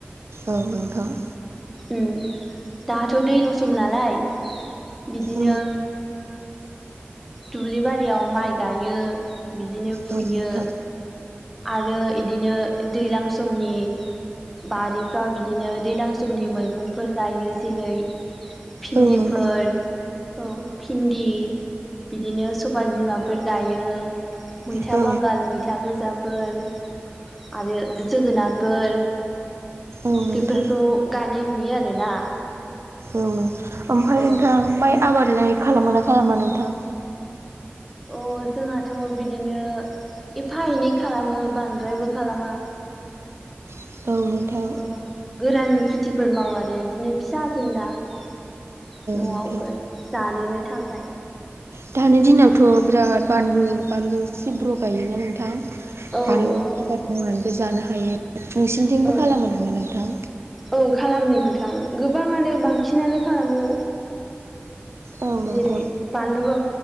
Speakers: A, on the right; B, in the centre.
A: औ नोंथां।
B: उम दाथ' दैल' सम नालाय बिदिनो
A: औ
B: दुब्लि बारियाव माइ गायो बिदिनो फुयो
A: औ नोंथां
B: आरो इदिनो दैज्लां समनि बारिफ्राव बिदिनो दैलां समनि मैगंफोर गायो जेरै भिन्दिफोर
A: औ नोंथां
B: औ भिन्दि बिदिनो सबाय बिमाफोर गायो मैथा
A: औ
B: बांगाल मैथा गोजा फोर आरो जोगोनारफोर
A: औ नोंथां
B: बेफोरखौ गायनाय नुयो आरोना
A: औ नो ओमफ्राय नोंथां
B: औ
A: माइ आबादलाय खालामोना खा खालामा नोंथां।
B: अ जोंहाथ' बिदिनो एफा एनै खालामो बांद्रायबो खालामा
A: औ नोंथां
B: औ गोरान खेथिफोर माव आरो। बिदिनो फिसा फेनला न'आवफोर
A: नोंथां
B: जानोनो थाखाय‌।
A: दानि दिनावथ' बिराद बानलु बानलु सिब्र' गायोना नोंथां।
B: औ
A: बानलु
B: औ
A: आबाद मावनानैबो जानो हायो। नोंसिनिथिंबो
B: औ
A: खालामो नामा नोंथां
B: औ खालामो नोंथां गोबाङानो बांसिनानो खालामो।
A: औ नोंथां
B: जेरै बानलुआ